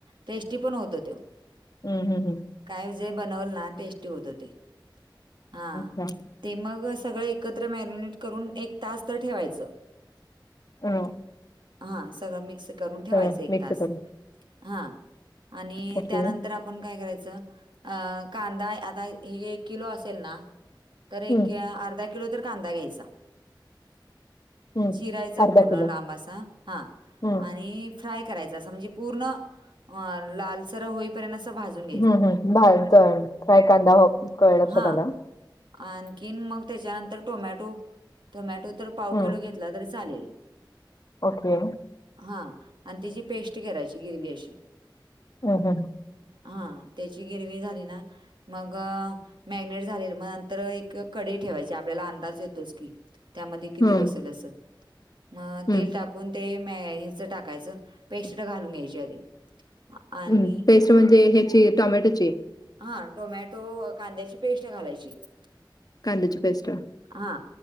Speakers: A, on the right; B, on the left.
A: टेस्टी पण होतो तो.
B: हम्. हम्. हम.
A: काय जे बनवल ना टेस्टी होत ते. हा.
B: अच्छा.
A: ते मग सगळे एकत्र मॅरिनेट करून एक तास तर ठेवायच.
B: अ,
A: हा. सगळं मिक्स करून ठेवायचं
B: अ,
A: एक
B: मिक्स
A: तास.
B: करून
A: हा आणि
B: ओके.
A: त्यानंतर आपण काय करायच. अ कांदा आता हे एक किलो असेल ना, तर एक
B: हं.
A: अर्धा किलो तर कांदा घ्यायचा.
B: हम्म
A: चिरायचा
B: अर्धा
A: पूर्ण
B: किलो
A: लांबा आसा. हा
B: हम्म
A: आणि फ्राय करायच अस म्हणजे पूर्ण लालसर होई पपर्यंत अस भाजुन
B: हम् हम्म बा तर फ्राय कांदा हो. कळ लक्षात
A: हा
B: आला
A: आणखीन मग त्याच्यानंतर टोमॅटो -टोमॅटो- तर पाव
B: हम्म
A: किलो घेतला तरी चालेल.
B: ओके
A: हा आणि तिची पेस्ट घेरायची ग्रेव्ही अशी.
B: हम हं
A: हा त्याची गिरवी झाली ना, मग मॅरीनेट झाले मग नंतर एक कडी ठेवायची आपल्याला अंदाज येतोच की, त्यामध्ये किती
B: हम्म
A: बसेल अस. मग
B: हम्म
A: तेल टाकून ते म ह्याच टाकायच पेस्ट घालून घ्यायची आधी. आणि
B: हम् पेस्ट म्हणजे ह्याची टोमॅटोची.
A: हा टोमॅटो कांद्याची पेस्ट घालायचीच.
B: कांद्याची पेस्ट.
A: हा